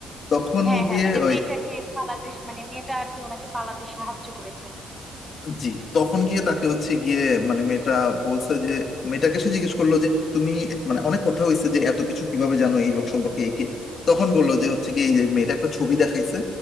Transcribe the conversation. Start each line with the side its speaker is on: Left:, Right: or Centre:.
Left: তখন
Centre: হ্যাঁ
Left: গিয়ে
Centre: হ্যাঁ মানে
Left: ওই
Centre: মেয়েটাকে পালাতে মানে মেয়েটা আর কি ওনাকে পালাতে সাহায্য করেছেন
Left: জি তখন গিয়ে তাকে হচ্ছে গিয়ে মানে মেয়েটা বলছে যে মেয়েটাকে সে জিজ্ঞেস করলো যে তুমি মানে অনেক কথা হয়েছে যে এত কিছু কিভাবে জানো এই লোক সম্পর্কে এই কি তখন বললো যে হচ্ছে কি এই যে মেয়েটা একটা ছবি দেখাইছে